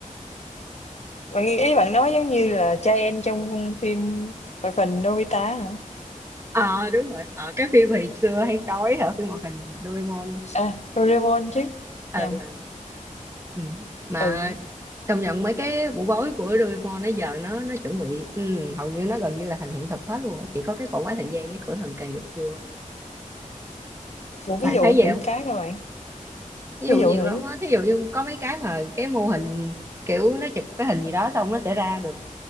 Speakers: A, on the left; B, on the right.
A: bạn nghĩ- ý bạn nói giống như là trai trong phim hoạt hình Nobita hả
B: ờ đúng rồi ờ cái phim hồi xưa hay coi hả phim hoạt hình Doraemon
A: à Doraemon chứ
B: ờ
A: nhầm
B: ừ, ừ. mà
A: ừ <laughs>
B: công nhận mấy cái bộ gối của Doraemon nó giờ nó nó chuẩn bị ừ, hầu như nó gần như là thành hiện thực hết luôn á chỉ có cái cỗ máy thời gian với cửa thần kỳ là chưa
A: một
B: bạn
A: ví dụ
B: thấy
A: nữ
B: vậy
A: cái các bạn
B: ví dụ
A: ví dụ
B: nhiều
A: nữ
B: lắm á thí dụ như có mấy cái mà cái mô hình kiểu nó chụp cái hình gì đó xong nó sẽ ra được